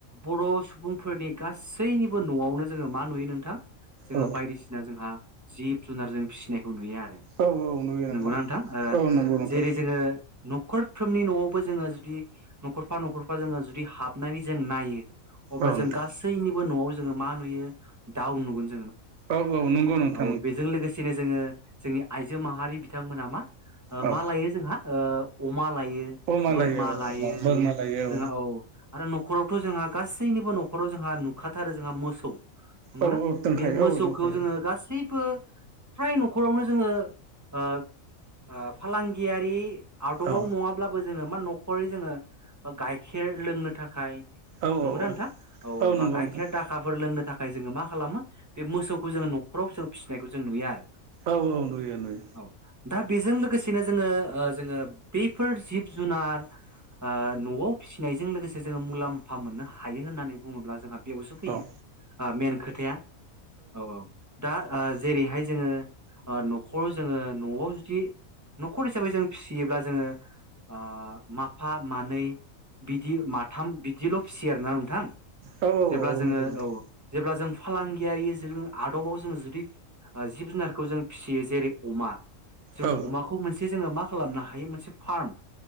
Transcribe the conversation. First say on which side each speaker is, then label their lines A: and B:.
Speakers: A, on the right; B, on the right.
A: बर' सुबुंफोरनि गासैनिबो न'आवनो जोङो मा नुयो नोंथां जोङो
B: औ
A: बायदिसिना जोंहा जिब जुनार जों फिसिनायखौ नुयो आरो
B: औ नुयो
A: नंगौना नोंथां ओ
B: औ नंगौ नोंथां
A: जेरै जोङो न'खरफ्रोमनि न'आवबो जोङो जुदि न'खरफा न'खरफा जोङो जुदि हाबनानै जों नायो अब्ला
B: औ
A: जों
B: नोंथां
A: गासैनिबो न'आव जोङो मा नुयो दाउ नुगोन जों
B: औ औ नंगौ नों
A: औ बेजों लोगोसेनो जोङो जोंनि आइजो माहारि बिथांमोना मा
B: औ
A: मा लायो जोंहा ओ अमा लायो
B: अमा
A: बोरमा
B: औ
A: लायो
B: अमा बोरमा लायो
A: जोंहा औ आरो न'खरावथ' जोंहा गासैनिबो न'खराव जोंहा नुखाथारो जोंहा मोसौ नंगौना
B: औ औ दोनखायो
A: बे मोसौखौ
B: औ दोनखायो
A: जोङो गासि बो फ्राय न'खरावनो जोङो ओ फालांगियारि आदबआव
B: औ
A: नङाब्लाबो जोङो मा न'खरै जोङो गाइखेर लोंनो थाखाय
B: औ
A: नंगौना
B: औ
A: नोंथां औ
B: नंगौ
A: गाइखेर
B: नोंथां
A: दाखाफोर लोंनो था थाखाय जोङो मा खालामो बे मोसौखौ जोङो न'खराव जों फिसिनाय जों नुयो आरो
B: औ औ नुयो नुयो।
A: औ दा बेजों लोगोसेनो जोङो जोङो बैफोर जिब जुनार ओ न'आव फिसिनायजों लोगोसे जोङो मुलाम्फा मोननो हा हायो होननानै बुङोब्ला जोंहा बेयावसो फैयो
B: औ
A: मेन खोथाया। औ औ दा जेरैहाय जोङो न'खराव जोङो न'आव जुदि न'खर हिसाबै जों फिसियोब्ला जोङो ओ माफा मानै बिदि माथाम बिदिल' फिसियो आरो ना थां
B: औ औ
A: जेब्ला जोङो
B: नंगौ नोंथां
A: औ जेब्ला जों फालांगियारि जु आदबाव जोङो जुदि जिब जुनारखौ जों फिसियो जेरै अमा जों
B: औ
A: अमाखौ मोनसे जोङो मा खालामनो हायो मोनसे फार्म